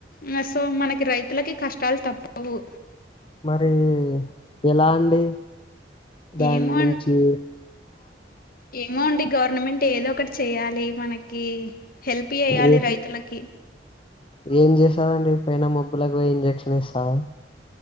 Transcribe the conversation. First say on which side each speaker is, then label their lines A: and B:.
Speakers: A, on the left; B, on the left.
A: మ సో మనకి రైతులకి కష్టాలు తప్పవు.
B: మరి ఎలా అండి దాని
A: ఏమో
B: నుంచి
A: అం ఏమో అండి గవర్నమెంట్ ఏదొ ఒకటి చెయ్యాలి మనకి హెల్ప్ చేయ్యాలి
B: ఏ
A: రైతులకి
B: ఏం చేస్తదండి పైన మోబ్బులకి పోయి ఇంజెక్షన్ ఏస్తాద